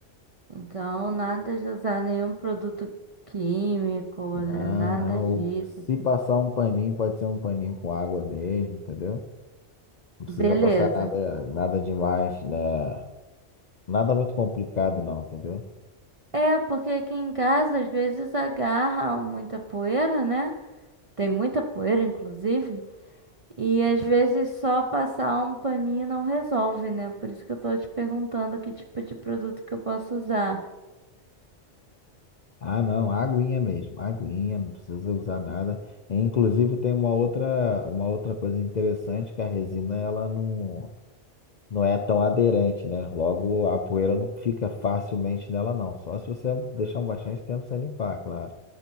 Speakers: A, on the right; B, on the left.
A: Então, nada de usar nenhum produto químico,
B: Não,
A: né? Nada
B: não.
A: disso.
B: Ou Se passar um paninho, pode ser um paninho com água mesmo, entendeu? Não precisa
A: Beleza.
B: passar nada, nada demais, né? Nada muito complicado, não, entendeu?
A: É, porque aqui em casa às vezes agarra muita poeira, né? Tem muita poeira, inclusive. E às vezes só passar um paninho não resolve, né? Por isso que eu tô te perguntando que tipo de produto que eu posso usar.
B: Ah, não, aguinha mesmo, aguinha, não precisa usar nada. E, Inclusive tem uma outra, uma outra coisa interessante que a resina ela não, não é tão aderente, né? Logo a poeira não fica facilmente nela, não. Só se você deixar um bastante tempo sem limpar, claro.